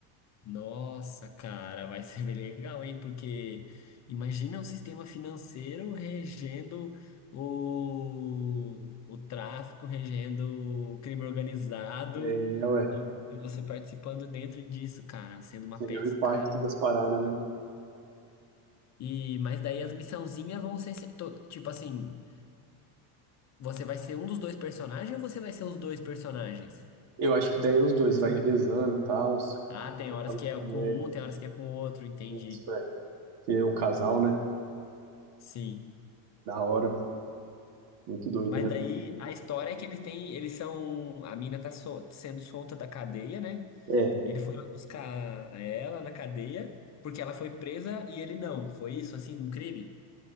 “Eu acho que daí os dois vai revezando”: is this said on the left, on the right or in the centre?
Right